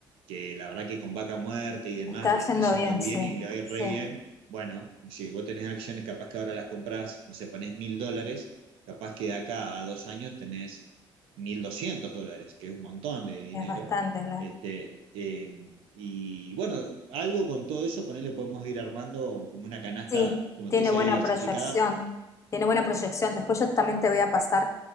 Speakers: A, on the right (about 85°); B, on the left (about 35°).
A: que la verdad que con vaca muerte y demás
B: Está
A: le
B: yendo
A: está yendo
B: bien,
A: bien
B: sí.
A: y le va a ir
B: Sí,
A: re bien bueno, si vos tenés acciones, capaz que ahora las comprás, no sé, ponés mil dólares, capaz que de acá a dos años tenés mil doscientos dólares, que es un montón de dinero.
B: es bastante, claro.
A: Este, eh, y bueno, algo con todo eso, ponele, podemos ir armando como una canasta,
B: Sí,
A: como
B: tiene
A: te decía,
B: buena
A: diversificada.
B: proyección, tiene buena proyección. Después yo también te voy a pasar